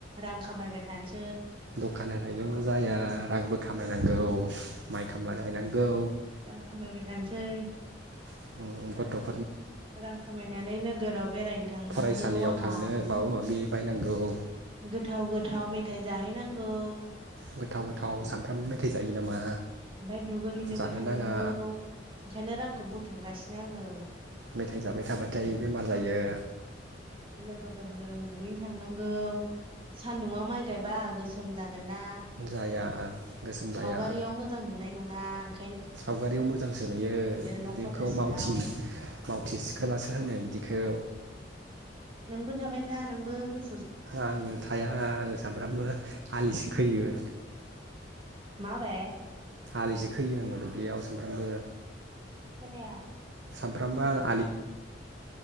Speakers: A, on the right (about 30°); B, on the right (about 75°).
A: रां खामायबाय थानोसै।
B: दखान होनायजोंल' जाया रांबो खामायनांगौ माइ खामला गायनांगौ
A: रां खामायबाय थानोसै
B: <inaudible>
A: रां खामायनानै नोगोराव बेरायनो थांनांगौ
B: फरायसालियाव
A: आंहा
B: थांनो माबा माबि बायनांगौ
A: गोथाव गोथाव मेथाइ जाहैनांगौ
B: गोथाव गोथाव सानफ्राम मेथाइ जायो नामा
A: ओमफाय दुगैहैनोबो
B: जानो
A: थांनांगौ
B: नाङा
A: ओंखायनो रांखौ बुथुमगासिनो आङो
B: मेथाइ जाबाय थाबाथाय बेमार जायो
A: लोगोफोरजों दुगैनो थांनांगौ सान्दुङा माइ गायबा गोसोम जा- गोनना
B: जाया गोसोम जाया
A: सावगारियाव मोजां नुनाय नं- बां
B: सावगारियाव मोजांसो नुयो
A: न'
B: बेखौ
A: खथा सिङाव
B: मावथि मावथि सिखोलासो होनो बिदिखौ
A: नोंबो थाबाय था नोंबो गु-
B: आंनो थाया आङो सामफ्रामबो आलिसो खोयो
A: माबे
B: आलिसो खोयो आङो दुब्लियाव सामफ्रामबो
A: खोनाया
B: सामफ्रामबो आङो